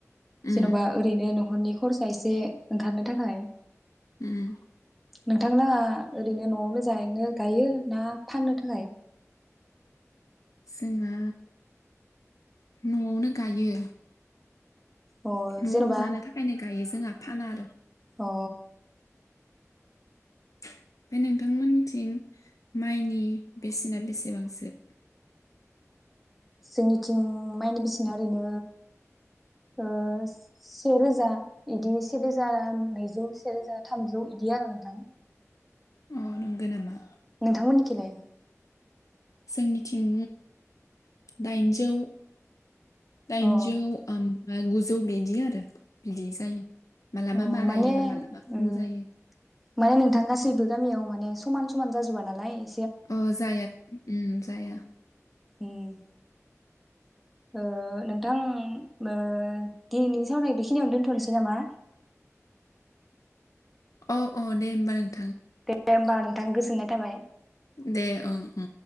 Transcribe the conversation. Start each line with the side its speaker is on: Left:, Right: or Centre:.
Left: उम
Centre: जेन'बा ओरैनो न'खरनि खरसा इसे ओंखारनो थाखाय
Left: उम
Centre: नोंथांलांहा ओरैनो न'आवनो जानो गायो ना फाननो थाखाय
Left: जोंहा न'आवनो गायो।
Centre: अ
Left: न'आव
Centre: जेन'बा
Left: जानो थाखायनो गायो जोंहा फाना आरो
Centre: अ
Left: ओमफाय नोंथांमोननिथिं माइनि बेसेना बेसेबांसो?
Centre: जोंनिथिं माइनि बेसेना ओरैनो ओ सेे रोजा इदि से रोजा नैजौ से रोजा थामजौ इदि आरो नोंथां‌
Left: नंगो नामा?
Centre: नोंथांमोननिखैलाय?
Left: जोंनिथिं दाइनजौ दाइनजौ
Centre: अ
Left: ओम ओ गुजौ बिदि आरो बिदि जायो। मालाबा
Centre: अ
Left: बारायो
Centre: माने
Left: मालाबा खम
Centre: ओम
Left: जायो
Centre: माने नोंथां गासैबो गामियाव माने समान समान जाजोबा नालाय ए
Left: अ जाया ओम जाया
Centre: ओम ओह नोंथां ओह दिनैनि सावरायनाय बेखिनियावनो दोनथ'नोसै नामा?
Left: अ अ दे होमबा नों
Centre: दे होमबा नोंथां गोजोननाय थाबाय।
Left: दे ओं ओं